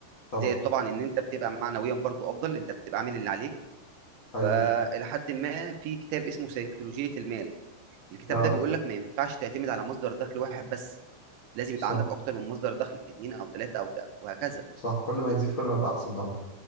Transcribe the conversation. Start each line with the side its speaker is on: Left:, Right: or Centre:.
Left: طبعا
Right: زائد طبعا ان انت بتبقى معنويا برضو افضل انت بتبقى عامل اللي عليك
Left: حقيقي
Right: فالى حد ما في كتاب اسمه سيكولوجيه المال الكتاب
Left: اه
Right: ده بيقول لك ما ينفعش تعتمد على مصدر دخل واحد بس لازم
Left: صح
Right: يبقى عندك اكتر من مصدر دخل اثنين او ثلاثه او ت- وهكذا
Left: صح كل ما يزيد كل ما يبقى احسن طبعا